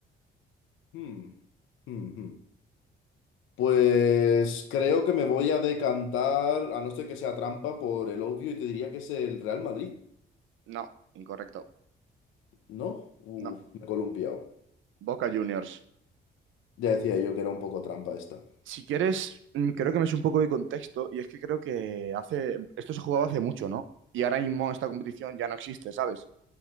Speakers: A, on the left; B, on the right.
A: Hmm, hmm, hmm. Pues creo que me voy a decantar, a no ser que sea trampa, por el obvio y te diría que es el Real Madrid,
B: No, incorrecto.
A: ¿no? Uf,
B: No,
A: me he columpiado.
B: Boca Juniors.
A: Ya decía yo que era un poco trampa esta.
B: Si quieres, mm, creo que me es un poco de contexto y es que creo que hace, esto se jugaba hace mucho, ¿no? Y ahora mismo esta competición ya no existe, ¿sabes?